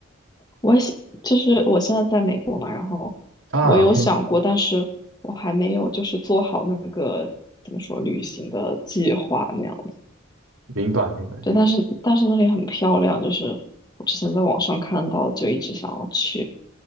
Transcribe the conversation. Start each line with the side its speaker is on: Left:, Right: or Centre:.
Left: 我想就是我现在在美国嘛，然后我有想过，
Right: 啊，OK，
Left: 但是我还没有就是做好那个怎么说旅行的计划那样。
Right: 明白明白。
Left: 对，但是但是那里很漂亮，就是我之前在网上看到，就一直想要去。